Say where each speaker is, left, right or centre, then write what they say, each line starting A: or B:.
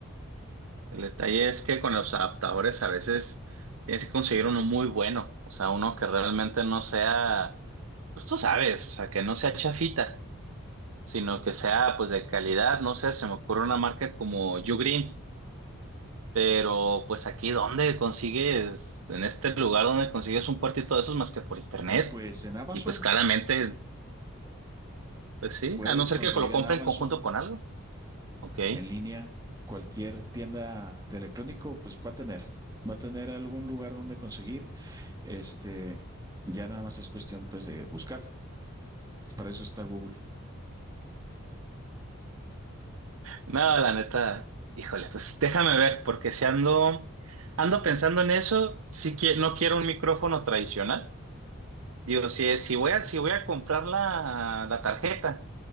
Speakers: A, on the right; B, on the right.
A: El detalle es que con los adaptadores a veces tienes que conseguir uno muy bueno, o sea, uno que realmente no sea, pues tú sabes, o sea, que no sea chafita, sino que sea pues de calidad, no sé, se me ocurre una marca como Ugreen, pero pues aquí ¿dónde consigues, en este lugar donde consigues un puertito de esos más que por internet?
B: Pues en Amazon
A: Y pues claramente, pues sí,
B: puedes
A: a no ser
B: conseguir
A: que lo
B: en
A: compre
B: Amazon
A: en conjunto con algo, ok.
B: en línea cualquier tienda de electrónico, pues va a tener va a tener algún lugar donde conseguir. Este, ya nada más es cuestión pues de buscar. Para eso está Google.
A: No, la neta, híjole, pues déjame ver, porque si ando, ando pensando en eso, sí que no quiero un micrófono tradicional. Digo, si, si voy a, si voy a comprar la, la tarjeta,